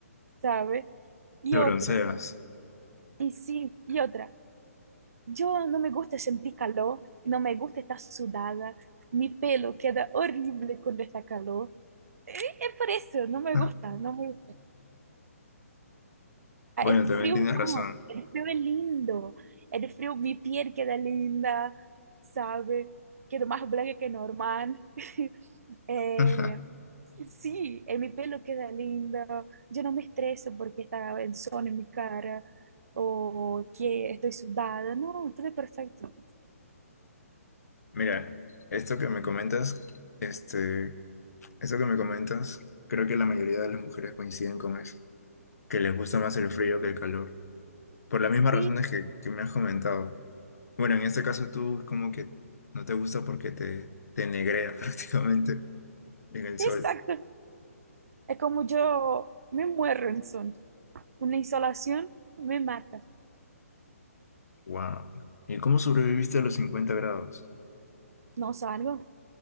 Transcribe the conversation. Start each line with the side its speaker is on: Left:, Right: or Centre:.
Right: ¿sabes? Y
Left: Te
Right: otra,
Left: bronceas.
Right: y sí, y otra. Yo no me gusta sentir calor, no me gusta estar sudada, mi pelo queda horrible cuando está calor. Eh, Es por eso, no me
Left: <laughs>
Right: gusta, no me gusta. Ah,
Left: Bueno,
Right: El
Left: también
Right: frío
Left: tienes
Right: no,
Left: razón.
Right: el frío es lindo, el frío, mi piel queda linda, ¿sabe? Quedo más blanca que normal. <laughs> Eh,
Left: <laughs>
Right: sí, eh, mi pelo queda lindo, yo no me estreso porque está en sol en mi cara o que estoy sudada, no, todo es perfecto.
Left: Mira, esto que me comentas, este, Eso que me comentas, creo que la mayoría de las mujeres coinciden con eso, que les gusta más el frío que el calor, por las mismas
Right: Sí,
Left: razones que, que me has comentado. Bueno, en este caso tú como que no te gusta porque te, te negrea <laughs> prácticamente en el
Right: exacto.
Left: sol.
Right: Es como yo me muero en son. Una insolación me mata.
Left: Wow. ¿Y cómo sobreviviste a los cincuenta grados?
Right: No salgo.